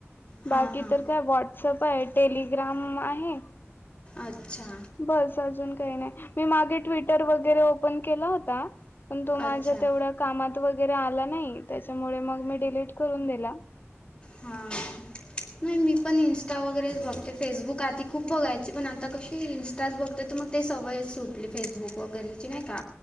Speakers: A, on the left (about 25°); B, on the left (about 45°).
A: हां,
B: बाकी
A: हां.
B: तर काय व्हॉट्सअप आहे टेलिग्राम आहे
A: अच्छा
B: बस अजून काय नाही मी मागे ट्विटर वगैरे ओपन केला होता पण तो
A: अच्छा.
B: माझ्या तेवढ्या कामात वगैरे आला नाही त्याच्यामुळे मग मी डिलीट करून दिला
A: हा नाही मी मी पण इंन्स्टा वगैरेच बघते फेसबुक आधी खूप बघायची पण आता कशी इंन्स्टाच बघते तर मग ते सवयच सुट ली फेसबुक वगैरेची नाही का